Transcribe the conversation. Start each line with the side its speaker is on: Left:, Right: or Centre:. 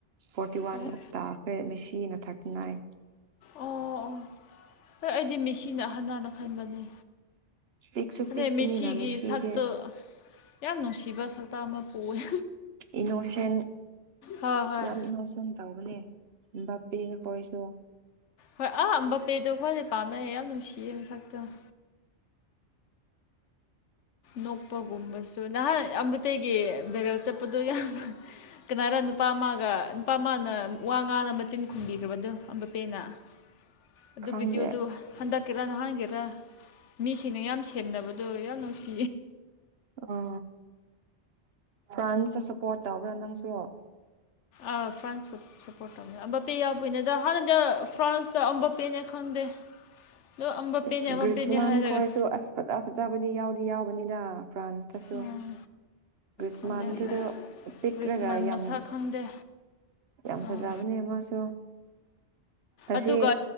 Right: ꯐꯣꯔꯇꯤ ꯋꯥꯟ
Left: ꯑꯣ
Right: ꯇꯥꯈ꯭ꯔꯦ ꯃꯦꯁꯤꯅ ꯊꯥꯔꯇꯤ ꯅꯥꯏꯟ
Left: ꯑꯣ ꯑꯣ ꯍꯣꯏ ꯑꯩꯗꯤ ꯃꯤꯁꯤꯅ ꯑꯍꯜꯅ ꯈꯟꯕꯅꯦ
Right: ꯄꯤꯛꯁꯨ
Left: ꯑꯗꯩ
Right: ꯄꯤꯛꯄꯅꯤꯅ
Left: ꯃꯤꯁꯤꯒꯤ
Right: ꯃꯦꯁꯤꯗꯤ
Left: ꯁꯛꯇꯨ ꯌꯥꯝ ꯅꯨꯡꯁꯤꯕ ꯁꯛꯇꯥꯛ ꯑꯃ ꯄꯣꯛꯑꯦ
Right: ꯏꯅꯣꯁꯟ
Left: ꯍꯣꯏ ꯍꯣꯏ
Right: ꯌꯥꯝ ꯏꯅꯣꯁꯟ ꯇꯧꯕꯅꯦ ꯕꯥꯄꯤꯈꯣꯏꯁꯨ
Left: ꯍꯣꯏ ꯑꯥ ꯕꯄꯦꯗꯣ ꯑꯩꯈꯣꯏꯗꯤ ꯄꯥꯝꯅꯩꯌꯦ ꯌꯥꯝ ꯅꯨꯡꯁꯤꯌꯦ ꯃꯁꯛꯇꯨꯅ ꯅꯣꯛꯄꯒꯨꯝꯕꯁꯨ ꯅꯍꯥꯟ ꯑꯇꯩꯒꯤ ꯚꯦꯔꯦꯜ ꯆꯠꯄꯗꯣ ꯌꯥꯝ ꯀꯅꯥꯔꯣ ꯅꯨꯄꯥ ꯑꯃꯃꯒ ꯅꯨꯄꯥ ꯑꯃꯃꯅ ꯋꯥ ꯉꯥꯔ ꯃꯆꯤꯟ ꯈꯨꯝꯕꯤꯈ꯭ꯔꯕꯗꯣꯕꯄꯦꯅ <unintelligible> ꯑꯗꯨ
Right: ꯈꯪꯗꯦ
Left: ꯚꯤꯗꯤꯑꯣꯗꯨ ꯍꯟꯗꯛꯀꯦꯔ ꯅꯍꯥꯟꯒꯦꯔ ꯃꯤꯁꯤꯡꯅ ꯌꯥꯝ ꯁꯦꯝꯅꯕꯗꯣ ꯌꯥꯝ ꯅꯨꯡꯁꯤ
Right: ꯑꯣ ꯐ꯭ꯔꯥꯟꯁꯇ ꯁꯞꯄꯣꯔꯠ ꯇꯧꯕ꯭ꯔꯥ ꯅꯪꯁꯨꯣ
Left: ꯑ ꯐ꯭ꯔꯥꯟꯁꯄꯨ ꯁꯞꯄꯣꯔꯠ ꯇꯧꯅꯦ ꯑꯝꯕꯄꯦ ꯌꯥꯎꯗꯣꯏꯅꯦ ꯑꯗ ꯍꯥꯟꯅꯗꯤ ꯐ꯭ꯔꯥꯟꯁꯇ ꯑꯝꯕꯄꯦꯅꯦ ꯈꯪꯗꯦ <unintelligible> ꯑꯝꯕꯄꯦꯅꯦ
Right: ꯑꯁ
Left: ꯑꯝꯕꯄꯦꯅꯦ
Right: ꯒ꯭ꯔꯤꯖꯃꯥꯟ
Left: ꯍꯥꯏꯔꯒ
Right: ꯈꯣꯏꯁꯨ ꯑꯁ ꯐꯖ ꯐꯖꯕꯗꯤ ꯌꯥꯎꯗꯤ ꯌꯥꯎꯕꯅꯤꯗ ꯐ꯭ꯔꯥꯟꯁꯇꯁꯨ
Left: ꯎꯝ
Right: ꯔꯒꯔꯤꯖꯃꯥꯟꯗꯨꯗꯣ
Left: ꯈꯪꯗꯦ
Right: ꯄꯤꯛ꯭ꯔꯒ
Left: ꯒ꯭ꯔꯤꯁꯃꯥꯟ
Right: ꯌꯥꯝ
Left: ꯃꯁꯛ ꯈꯪꯗꯦ
Right: ꯌꯥꯝ
Left: ꯑꯥ
Right: ꯐꯖꯕꯅꯦ ꯃꯥꯁꯨ ꯑꯁꯤ
Left: ꯑꯗꯨꯒ